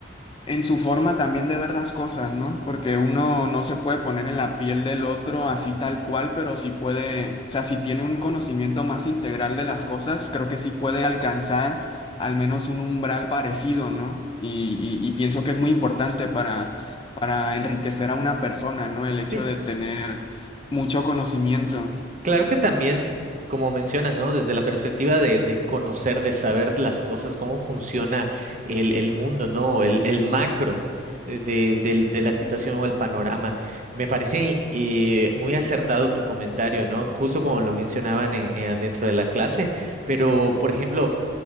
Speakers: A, on the left; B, on the right.
A: en su forma también de ver las cosas, ¿no? Porque uno no se puede poner en la piel del otro así
B: ujú.
A: tal cual, pero sí puede, o sea, si tiene un conocimiento más integral de las cosas, creo que sí puede alcanzar al menos un umbral parecido, ¿no? Y, y- y pienso que es muy importante para, para enriquecer a una persona, ¿no? El hecho
B: Sí,
A: de tener mucho conocimiento.
B: claro que también, como mencionas, ¿no? Desde la perspectiva de, de conocer, de saber las cosas, cómo funciona el, el mundo, ¿no? El, el macro eh, de, del- de la situación o el panorama. Me parece eh, muy acertado tu comentario, ¿no? Justo como lo mencionaban en, eh, dentro de la clase, pero, por ejemplo,